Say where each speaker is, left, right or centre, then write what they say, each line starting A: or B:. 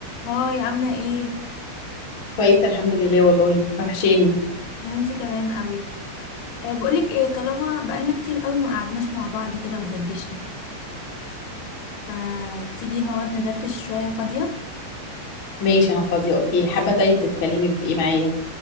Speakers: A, on the left (about 80°); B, on the left (about 50°).
A: هاي عاملة ايه؟
B: كويسة الحمد لله والله وحشاني
A: وانتي كمان قوي أه بقولك ايه طالما بقالنا كتير قوي ما قعدناش مع بعض كده ودردشنا فتيجي نقعد ندردش شوية فاضية
B: ماشي أنا فاضية أوكي حابة طيب تتكلمي في إيه معايا